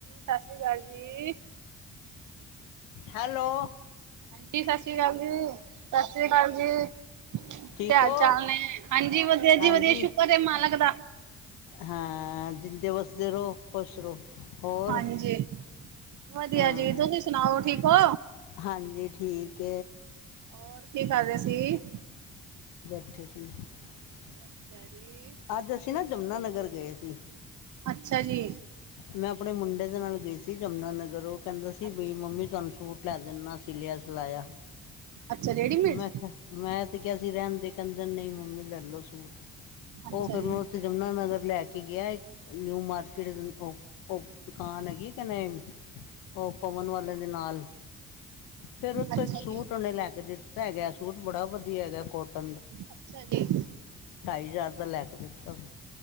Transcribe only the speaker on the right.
ਸਤਿ ਸ੍ਰੀ ਅਕਾਲ ਜੀ
ਹਾਂਜੀ ਸਤਿ ਸ੍ਰੀ ਅਕਾਲ ਜੀ ਸਤਿ ਸ਼੍ਰੀ ਅਕਾਲ ਜੀ ਕੀ
ਹਾਲ
ਚਾਲ ਨੇ ਹਾਂਜੀ ਵਧੀਆ
ਜੀ ਵਧੀਆ ਸ਼ੁਕਰ ਮਾਲਕ ਦਾ
ਹਾਂਜੀ ਵਧੀਆ
ਜੀ ਤੁਸੀਂ ਸੁਣਾਓ ਠੀਕ ਹੋ
ਹੋਰ ਕੀ ਕਰ ਰਹੇ ਸੀ
ਅੱਛਾ ਜੀ
ਅੱਛਾ ਜੀ
ਅੱਛਾ
ਜੀ,
ਅੱਛਾ ਰੇਡੀਮੇਡ
ਅੱਛਾ
ਜੀ,
ਅੱਛਾ
ਜੀ,
ਅੱਛਾ ਜੀ।